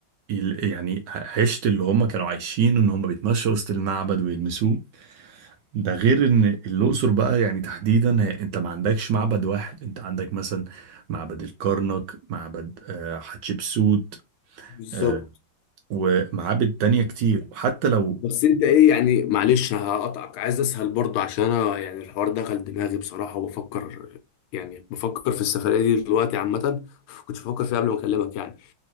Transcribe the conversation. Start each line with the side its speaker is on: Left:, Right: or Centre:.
Right: ال- يعني عشت اللي هم كانوا عايشين إن هم بيتمشوا وسط المعبد ويلمسوه ده غير إن الأقصر بقى يعني تحديدا هي- أنت ما عندكش معبد واحد أنت عندك مثلا معبد الكرنك معبد آه، حتشبسوت
Left: بالظبط
Right: آه، ومعابد تانية كتير وحتى لو
Left: بس انت ايه يعني معلش هقطعك عايز اسهل برضه عشان انا يعني الحوار دخل دماغي بصراحة وبفكر يعني بفكر في السفرية دي دلوقتي عامة كنت بفكر فيها قبل ما اكلمك يعني